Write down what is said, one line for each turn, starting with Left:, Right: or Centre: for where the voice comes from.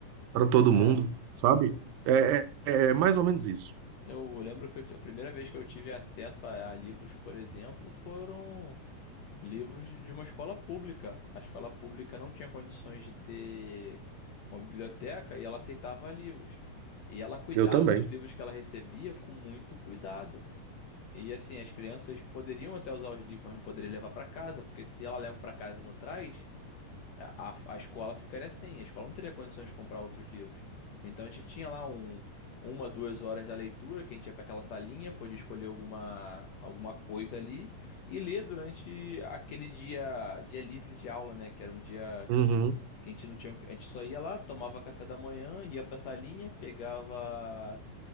Right: Para todo
Left: É.
Right: mundo, sabe? É, é- é mais ou menos isso.
Left: Eu lembro que eu ti- a primeira vez que eu tive acesso a, a livros, por exemplo, foram livros de uma escola pública. A escola pública não tinha condições de ter uma biblioteca e ela aceitava livros. E ela cuidava
Right: Eu também.
Left: dos livros que ela recebia com muito cuidado. E assim, as crianças poderiam até usar os livros, mas não poderiam levar para casa, porque se ela leva para casa e não traz, a, a escola ficaria sem, a escola não teria condições de comprar outros livros. Então a gente tinha lá um, uma, duas horas da leitura, que a gente ia para aquela salinha, podia escolher alguma, alguma coisa ali e ler durante aquele dia, dia livre de aula, né? Que era um dia
Right: Uhum.
Left: que a gente não tinha, a gente só ia lá, tomava café da manhã, ia para a salinha, pegava